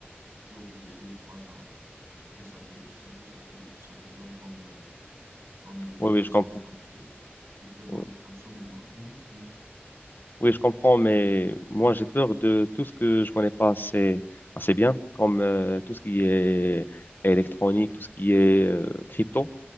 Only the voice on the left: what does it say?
Oui, oui, je comprends.
Oui.
Oui, je comprends, mais moi, j'ai peur de tout ce que je connais pas assez, assez bien, comme euh, tout ce qui est électronique, tout ce qui est euh, crypto.